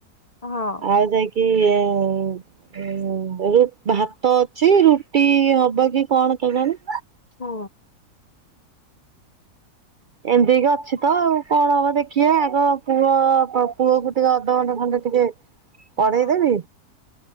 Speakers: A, on the left (about 70°); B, on the right (about 70°).
A: ହଁ।
B: ଆଉ ଯାଇକି - ହଁ ଭାତ ଅଛି ରୁଟି ହବ କି କଣ କେଣି-
A: ହଁ।
B: ଏମିତିକି ଅଛି ତ ଆ କଣ ହବ ଦେଖିବା ଆଗ ପୁଅ ପୁଅ କ ଟିକେ ଅଧଘଣ୍ଟେ ଖଣ୍ଡେ - ହ ପଢେଇ
A: ହଁ।
B: ଦେବି